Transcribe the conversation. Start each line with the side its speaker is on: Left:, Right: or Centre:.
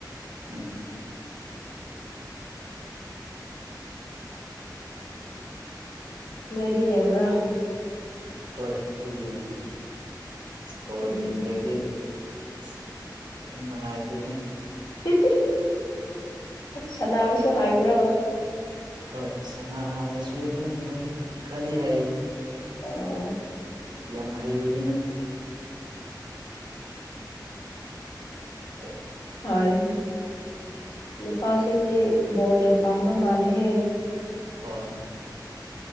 Right: ꯎꯝ
Left: ꯅꯣꯏꯗꯤ ꯌꯦꯡꯕ꯭ꯔꯥ
Right: ꯍꯣꯏ ꯑꯈꯣꯏ ꯌꯦꯡꯉꯤ ꯕꯣꯜ
Left: ꯎꯝ
Right: ꯌꯦꯡꯗ꯭ꯔꯗꯤ ꯑꯁ ꯇꯨꯝ ꯅꯨꯡꯉꯥꯏꯇꯦꯅꯦ
Left: <unintelligible> ꯁꯅꯥꯕꯁꯨ ꯍꯥꯏꯕ꯭ꯔꯣ
Right: ꯍꯣꯏ ꯁꯥꯟꯅꯥꯕꯁꯨ ꯑꯗꯨꯝ ꯍꯣꯏ ꯈꯔꯗꯤ ꯍꯩꯌꯦ
Left: ꯑꯣ
Right: ꯌꯥꯝ ꯍꯩꯕꯗꯤ ꯅꯠꯇ‌ꯦ ꯑꯣ
Left: ꯐꯔ‌ꯦꯅꯦ ꯅꯨꯄꯥꯁꯤꯡꯗꯤ ꯕꯣꯜ ꯌꯥꯝ ꯄꯥꯝꯕ ꯃꯥꯜꯂꯦꯍꯦ
Right: ꯍꯣꯏ